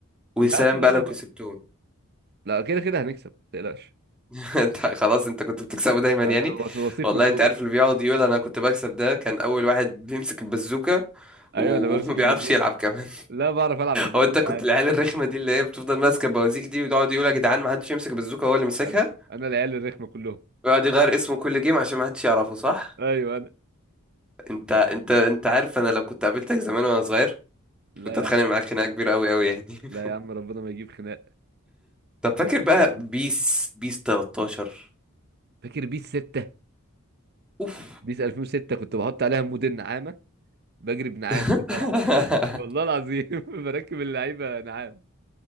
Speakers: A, in the centre; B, on the right.
A: ويا
B: كنا
A: سلام
B: عيال صغيره
A: بقى لو
B: بقى
A: كسبتهم
B: لا كده كده هنكسب ما تقلقش
A: <laughs> انت خلاص انت كنت بتكسبه دايما يعني
B: انا وث- وثيق
A: والله
B: من الفوز
A: انت عارف اللي بيقعد يقول انا كنت بكسب ده كان اول واحد بيمسك البزوكة
B: ايوه
A: و-
B: انا بمسك
A: <laughs> وما بيعرفش
B: البازوكه
A: يلعب كمان
B: لا بعرف العب البازوكه
A: هو انت كنت
B: عادي
A: العيال الرخمه دي اللي هي بتفضل ماسكه بوازيك دي ويقعد يقول يا جدعان ما حدش يمسك بازوكه هو اللي مسكها
B: ايوه انا العيال الرخمه كلهم
A: ويقعد يغير اسمه كل جيم عشان ما حدش يعرفه صح
B: ايوه انا
A: انت انت انت عارف انا لو كنت قابلتك زمان وانا صغير
B: لا
A: كنت اتخانق
B: يا عم
A: معاك خناقه كبيره قوي قوي يعني
B: لا
A: <laughs>
B: يا عم ربنا ما يجيب خناق
A: طب فاكر
B: طب فاكر
A: بقى بيس بيس 13
B: فاكر بيس 6
A: اوف
B: بيس 2006 كنت بحط عليها مود النعامه بجري بنعام
A: <laughs>
B: في الملعب والله العظيم <laughs> بركب اللعيبه نعام